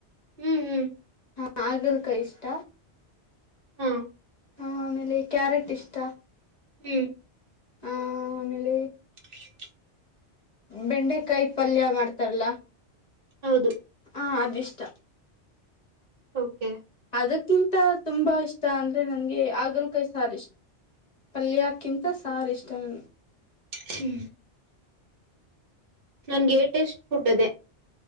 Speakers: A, on the right; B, on the left.
A: ಹ್ಮ್ ಹ್ಮ್
B: ಹಾ ಹಾಗಲಕಾಯಿ ಇಷ್ಟ
A: ಹಾ
B: ಹಾ ಆಮೇಲೆ ಕ್ಯಾರೆಟ್ ಇಷ್ಟ
A: ಹ್ಮ್
B: ಹ ಆಮೇಲೆ
A: ಹ
B: ಬೆಂಡೆಕಾಯಿ ಪಲ್ಯ ಮಾಡ್ತಾರಲ್ಲ
A: ಹೌದು
B: ಹ ಇ ಇಷ್ಟ
A: ಓಕೆ
B: ಅದಕ್ಕಿಂತ ತುಂಬಾ ಇಷ್ಟ ಅಂದ್ರೆ ನನ್ಗೆ ಹಾಗಲಕಾಯಿ ಸಾರ್ ಇಷ್ಟ ಪಲ್ಯಕ್ಕಿಂತ ಸಾರ್ ಇಷ್ಟ ನ
A: ಹ್ಮ ನಂಗೆಟೇಸ್ಟ್ ಫುಡ್ ಅದೆೇ